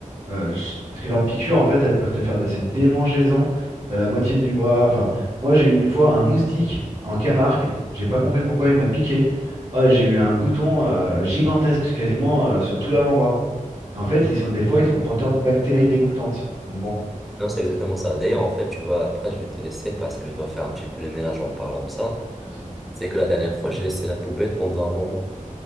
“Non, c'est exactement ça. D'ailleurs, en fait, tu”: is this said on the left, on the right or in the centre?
Centre